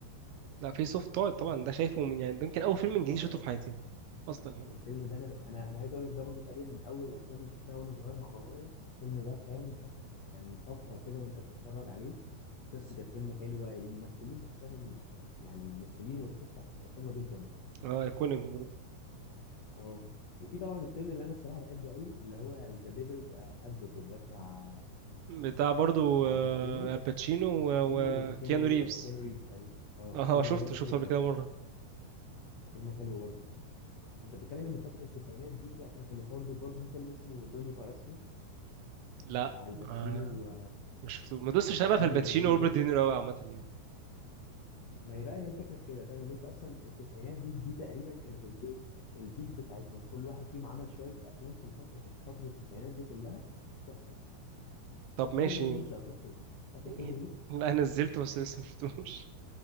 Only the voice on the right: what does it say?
لا فيس اوف تقعد طبعا ده شايفه من يعني ده يمكن اول فيلم انجليزي
شفته في حياتي اصلا يعني
اه ايكونيك برضه
بتاع برضه
آه،
الباتشينو و-
وكيانو
ريفز
اه
شفته
شفته
قبل كده مره
لا
ما
ما شفته ما دوستش
انا بقى في الباتشينو
وروبرت
دينيرو قوي عامه يعني
طب
ماشي
<laughs>
لا أنا نزلته بس لسه ما شفتوش